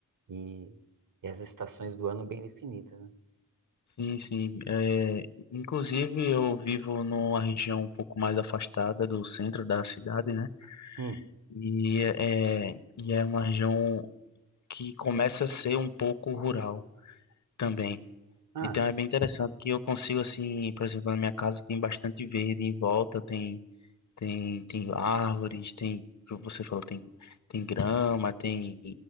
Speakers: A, on the right (about 65°); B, on the left (about 55°).
A: E, e as estações do ano bem definidas, né?
B: Sim, sim. É, inclusive, eu vivo numa região um pouco mais afastada do centro da cidade, né?
A: Hum.
B: E é, é, e é uma região que começa a ser um pouco rural. Também.
A: Ah,
B: Então é bem interessante que eu consigo, assim, por exemplo, na minha casa tem bastante verde em volta, tem, tem, tem árvores, tem, como você falou, tem, tem grama, tem